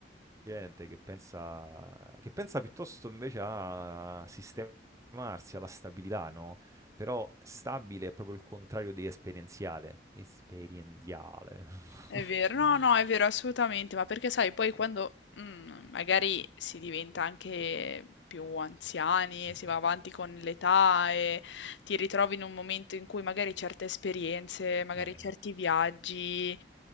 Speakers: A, on the right; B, on the left.
A: gente che pensa che pensa piuttosto invece a sistemarsi, alla stabilità, no, però stabile è proprio il contrario di esperienziale. Esperienziale. <laughs>
B: È vero, no, no, è vero, assolutamente, ma perché sai, poi quando mm, magari si diventa anche più anziani,
A: Sì.
B: si va avanti con l'età e ti ritrovi in un momento in cui magari certe esperienze, magari
A: Eh,
B: certi viaggi